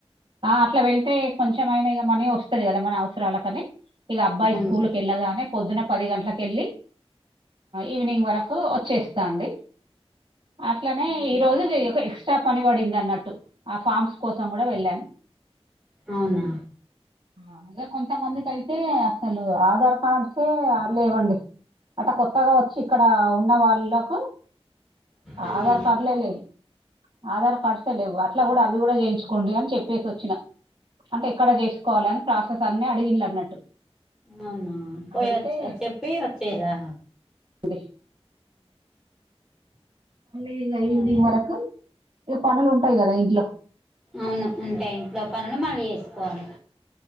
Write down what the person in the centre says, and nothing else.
అవును
అవునా
అవునా
అవునా
పోయి వచ్చ చెప్పి వచ్చేరా
అదే
అవును ఉంటే ఇంట్లో పనులు మళ్ళీ చేసుకోవాలి